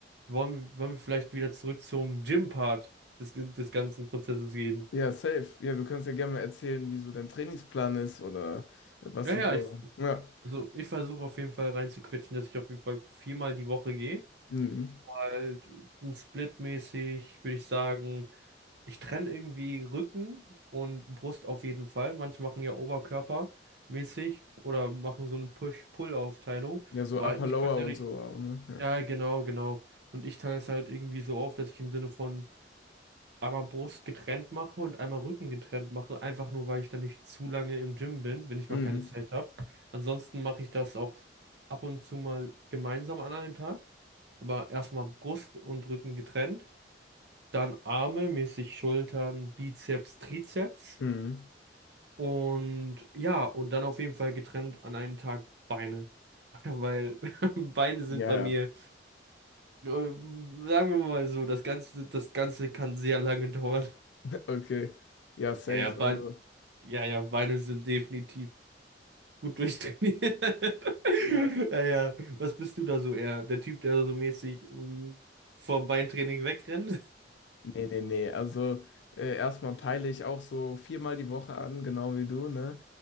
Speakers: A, on the right; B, on the left.
A: Wollen wir, wollen wir vielleicht wieder zurück zum Gym-Part des, des ganzen Prozesses gehen?
B: Ja, safe. Ja, du kannst ja gerne mal erzählen, wie so dein Trainingsplan ist oder was
A: Ja,
B: du
A: ja,
B: so.
A: ich,
B: Ja.
A: also ich versuche auf jeden Fall reinzuquetschen, dass ich auf jeden Fall viermal die Woche gehe.
B: Mhm.
A: halt splitmäßig, würde ich sagen, ich trenne irgendwie Rücken und Brust auf jeden Fall. Manche machen ja Oberkörpermäßig oder machen so eine Push-Pull-Aufteilung,
B: Ja, so
A: weil
B: Upper
A: ich
B: Lower
A: persönlich,
B: und so. auch, Ne? Ja.
A: ja, genau, genau. Und ich teile es halt irgendwie so auf, dass ich im Sinne von einmal Brust getrennt mache und einmal Rücken getrennt mache, einfach nur, weil ich dann nicht zu lange im Gym bin, wenn ich
B: Mhm.
A: mal keine Zeit habe. Ansonsten mache ich das auch ab und zu mal gemeinsam an einem Tag, aber erstmal Brust und Rücken getrennt. Dann Arme, mäßig Schultern, Bizeps, Trizeps.
B: Mhm.
A: Und ja, und dann auf jeden Fall getrennt an einem Tag Beine. <laughs> Weil <laughs> Beine sind
B: Ja,
A: bei mir,
B: ja.
A: äh, sagen wir mal so, das Ganze, das Ganze kann sehr lange dauern.
B: <laughs> Okay. Ja, safe.
A: Ja, ja, Bein,
B: Also,
A: ja, ja, Beine sind definitiv Gut durchtrainiert. <laughs>
B: ja.
A: Ja, ja. Was bist du da so eher? Der Typ, der so mäßig ähm, vom Beintraining wegrennt?
B: Nee, nee, nee. Also äh, erstmal peile ich auch so viermal die Woche an, genau wie du, ne?